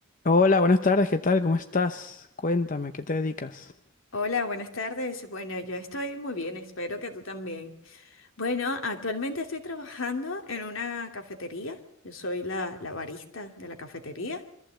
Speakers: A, on the left; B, on the left.
A: Hola, buenas tardes, ¿qué tal? ¿Cómo estás? Cuéntame, ¿qué te dedicas?
B: Hola, buenas tardes. Bueno, yo estoy muy bien, espero que tú también. Bueno, actualmente estoy trabajando en una cafetería. Yo soy la, la barista de la cafetería